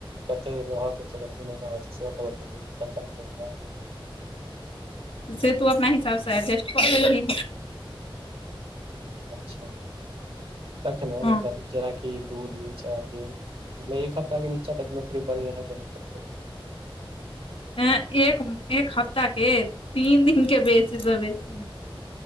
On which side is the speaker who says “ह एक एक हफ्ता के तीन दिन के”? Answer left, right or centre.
Left